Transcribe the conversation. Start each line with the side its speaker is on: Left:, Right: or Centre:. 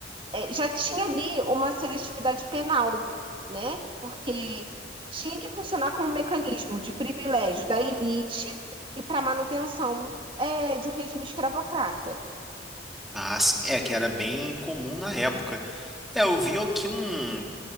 Right: é, já tinha ali uma seletividade penal, né? Porque tinha que funcionar como um mecanismo de privilégio da elite e para manutenção é, de um regime escravocrata.
Centre: Ah, sim. É, que era bem comum na época. É, eu vi aqui um.